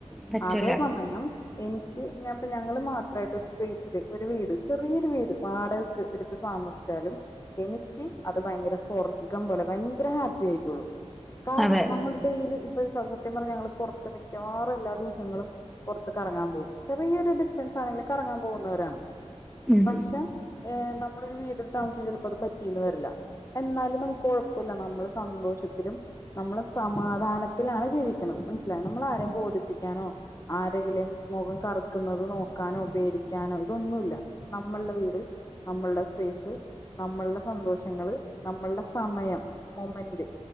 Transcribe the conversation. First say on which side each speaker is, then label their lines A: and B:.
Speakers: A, in the centre; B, on the left (about 25°).
A: പറ്റൂല
B: അതേ സമയം എനിക്ക് ഞാൻപ്പ ഞങ്ങള് മാത്രമായിട്ട് ഒരു സ്പേസില് ഒരു വീട് ചെറിയൊരു വീട് വാടകക്ക് എട് താമസിച്ചാലും എനിക്ക് അത് ഭയങ്കര സ്വർഗം പോലെ ഭയങ്കര ഹാപ്പി ആയിക്കൊളും കാരണം
A: അതെ
B: നമ്മൾ ഡെയ്ലി ഒരു സത്യം പറഞ്ഞൾ പുറത്ത് മിക്കവാറും എല്ലാ ദിവസവും നങ്ങളും പുറത്ത് കറങ്ങാൻ പോകും ചെറിയ ഒരു ഡിസ്റ്റൻസ് കറങ്ങാൻ പോകുന്നവരാണ്
A: ഉം
B: പക്ഷെ നമ്മളൊരു വീട് താമസ ചിലപ്പോ അത് പറ്റിന്ന് വരില്ല എന്നാലും നമ്മുക്ക് കൊഴപ്പില്ല നമ്മള് സന്തോഷത്തിലും നമ്മൾ സമാധാനത്തിലാണ് ജീവിക്കണത് നമ്മളാരും ബോധിപ്പിക്കാനോ ആരെങ്കിലും മുഖം കറുപ്പി ക്കുന്നത് നോക്കാനോ പേടിക്കാനോ അതൊന്നുമില്ല നമ്മളുടെ വീട് നമ്മളുടെ സ്വ സപയ്സ് നമ്മളുടെ സന്തോഷങ്ങള് നമ്മളുടെ സമയം മൊമെന്റ്